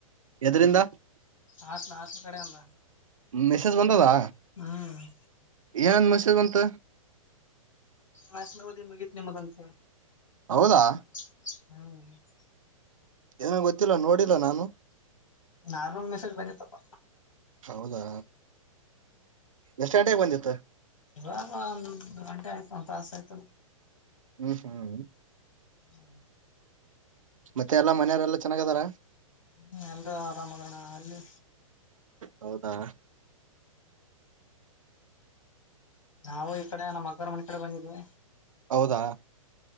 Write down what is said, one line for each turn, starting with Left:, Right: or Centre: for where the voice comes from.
Right: ಎದ್ರಿಂದ
Left: ಹಟ್ಲ ಹಾಟ್ಲ ಕಡೆ ಅಂದ
Right: ಮೆಸೇಜ್ ಬಂದದಾ
Left: ಹ್ಮ್
Right: ಏನ್ ಮಸ ಬಂತ
Left: ವಾಸನಾವದಿ ಬಗನೆ ಮದಸ
Right: ಹೌದಾ
Left: ಹ್ಮ
Right: ಏನ ಗೊತ್ತಿಲ್ಲ ನೋಡಿಲ್ಲ ನಾನು
Left: ನಾರ್ಮಲ್ ಮೆಸೇಜ್ ಬಂದತಪ್ಪ
Right: ಹೌದಾ ಎಷ್ಟುಟೆಗೆ ಬಂದಿತ್ತು
Left: ಹಾಗ ಒಂದ್ ಗಂಟೆ ಆಯ್ತು ಒಂದ್ ತಾಸ ಆಯ್ತು
Right: ಹ್ಮ್ ಹ್ಮ್
Left: ಹ್ಮ
Right: ಮತ್ತೆ ಎಲ್ಲಾ ಮನೆಯವರೆ ಎಲ್ಲಾ ಚೆನ್ನಾಗ ಅದಾರ
Left: ಹ್ಮ ಎಲ್ಲ ಆರಾಮ್ ಅದ್ರಣ್ಣ ಅಲ್ಲಿ
Right: ಹೌದಾ
Left: ನಾವು ಈ ಕಡೆ ನಮ್ಮ ಅಕ್ಕರ್ ಮನೆ ಕಡೆ ಬಂದಿದ್ವಿ
Right: ಹೌದಾ